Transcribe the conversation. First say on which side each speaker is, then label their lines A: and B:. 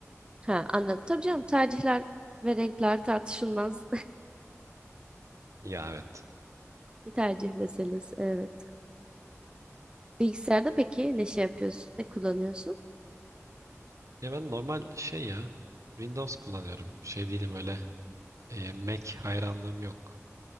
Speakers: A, on the right (about 20°); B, on the right (about 75°).
A: Ha anladım. Tabii canım tercihler ve renkler tartışılmaz.
B: Ya evet.
A: Bir tercih meselesi. Evet. Bilgisayarda peki ne şey yapıyorsun? Ne kullanıyorsun?
B: Ya ben normal şey ya Windows kullanıyorum. Şey değilim öyle e, Mac hayranlığım yok.